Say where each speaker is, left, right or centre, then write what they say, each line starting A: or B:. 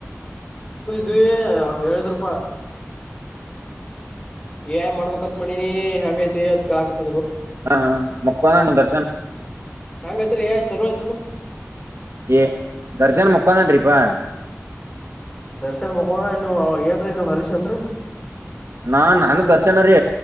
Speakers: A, on the left; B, on the right.
A: ನೀೇ ಅವ್ರು ಹೇಳಿದ್ರಪ್ಪಾ ಏ ಮಾಡ್ಬೇಕತ್ ಮಾಡಣಿನಿ ಹೆಂಗೈತಿ ಅದ್ ಕೇಳಕ
B: ಹ ಮಕ್ಕೊಂದನ್ ದರ್ಶನ್
A: ಹೆಯಾಂಗಯ್ತ್ರಿ ಯ ಚಲೋ ಆಯ್ತಲ್ಲ
B: ಏ ದರ್ಶನ ಮುಕ್ಕೊಂತನ್ರಿಪಾ
A: ದರ್ಶನ್ ಮಕ್ಣ ನೀವ ಏನ್ರೀ ನೀವ ಹರೀಶ್ ಅನ್ರರಿ
B: ನಾ ನನ್ಗ್ ದರ್ಶನ ರೀ